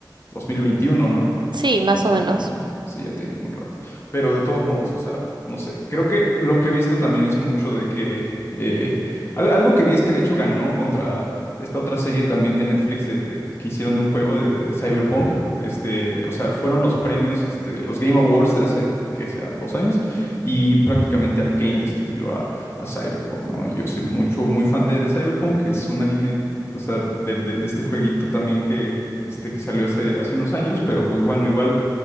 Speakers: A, on the left (about 35°); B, on the right (about 85°).
A: 2021, ¿no?
B: Sí, más
A: Más
B: o menos.
A: o menos, sí, ya tiene un buen rato. Pero de todos modos, o sea, no sé, creo que lo que he visto también es mucho de que... eh, al- algo que vi es que de hecho ganó contra esta otra serie también de Netflix de- de- que hicieron de un juego de, de- de Cyberpunk. Este, o sea, fueron los premios, este, los Game Awards de hace, ¿qué será? Dos años. Y prácticamente Arcane destruyó a, a Cyberpunk, ¿no? Yo soy mucho, muy fan de, de Cyberpunk, que es un anime, o sea, de, de- de este jueguito también que... Este que salió hace, hace unos años, pero pues bueno, igual